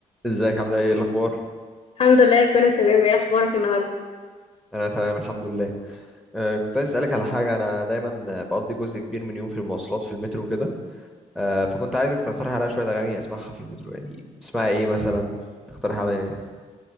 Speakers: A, in the centre; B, on the left.
A: ازيك عامله ايه إيه الاخبار
B: الحمد لله كله تمام ايه اخبارك النهارده
A: انا تمام الحمد لله أه كنت عايز اسالك على حاجه انا دايما بقضي جزء كبير من يوم في المواصلات في المترو كده أه فكنت عايزك تقترح عليا شويه اغاني اسمعها في المترو يعني تسمعي ايه مثلا تقترح عليا ايه